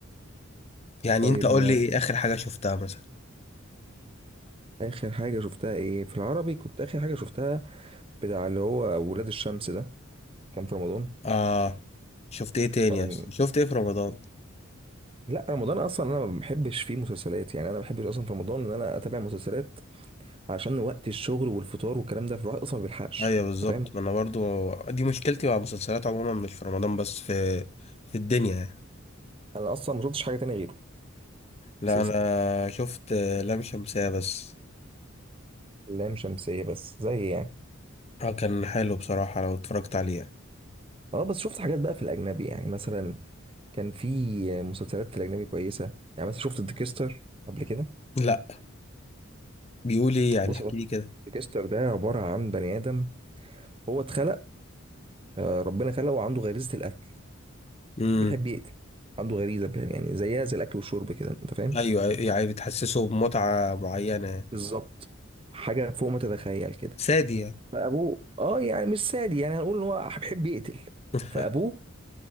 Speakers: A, on the left (about 30°); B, on the right (about 25°).
A: يعني
B: طيب
A: انت قول
B: ما
A: لي ايه اخر حاجة شفتها مثلا
B: اخر حاجه شفتها ايه في العربي كنت اخر حاجه شفتها بتاع اللي هو ولاد الشمس ده كان في رمضان
A: اه شفت ايه تاني
B: كان
A: اصلا شفت ايه في رمضان
B: لا رمضان اصلا انا ما بحبش فيه مسلسلات يعني انا ما بحبش اصلا في رمضان ان انا اتابع مسلسلات عشان وقت الشغل والفطار والكلام ده فالواحد اصلا ما بيلحقش
A: ايوه بالظبط
B: انت فاهم
A: ما انا برضو دي مشكلتي مع المسلسلات عموما مش في رمضان بس في في الدنيا يعني
B: انا اصلا ما شفتش حاجه تانية غيره
A: لا
B: اساسا
A: انا شفت آه، لام شمسية بس
B: لام شمسيه بس زي يعني
A: اه كان حلو بصراحة لو اتفرجت عليه يعني.
B: اه بس شفت حاجات بقى في الاجنبي يعني مثلا كان في مسلسلات في الأجنبي كويسة يعني مثلا شفت ديكستر قبل كده
A: لا بيقول ايه يعني
B: بص
A: احكي لي كده
B: ديكستر ده عبارة عن بني آدم هو اتخلق آه، ربنا خلقه وعنده غريزة القتل
A: امم
B: بيحب يقتل عنده غريزة بيحب يعني زيها زي الأكل والشرب كده أنت فاهم
A: ايوه أيوة، يعني بتحسسه بمتعة معينة يعني.
B: بالظبط حاجة فوق ما تتخيل كده
A: سادي يعني
B: فأبوه اه يعني مش سادي يعني هنقول إن هو بيحب يقتل
A: <laughs>
B: فأبوه